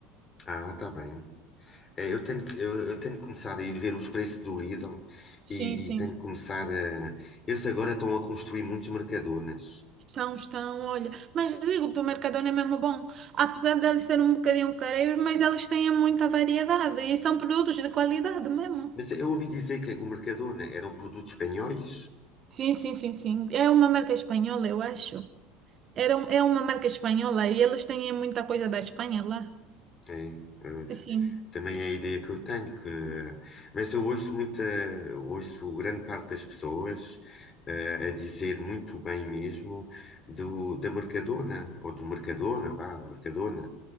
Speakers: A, on the left; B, on the right.
A: Ah, tá bem. É, Eu tenho que, eu, eu tenho que começar a ir ver os preços do Lidl
B: Sim,
A: e,
B: sim.
A: e tenho que começar a. Eles agora estão a construir muitos Mercadonas.
B: Estão, estão, olha. Mas digo, do Mercadona é mesmo bom. Apesar de deles serem um bocadinho careiros, mas eles têm muita variedade e são produtos de qualidade mesmo.
A: Mas eu ouvi dizer que o Mercadona eram produtos espanhóis.
B: Sim, sim, sim, sim. É uma marca espanhola, eu acho. Era, um- é uma marca espanhola e eles têm muita coisa da Espanha lá.
A: É, eh,
B: Sim,
A: também é a ideia que eu tenho. Que, eh, mas eu ouço muita, eu ouço grande parte das pessoas eh, a dizer muito bem mesmo do, da Mercadona, ou do Mercadona, vá, Mercadona.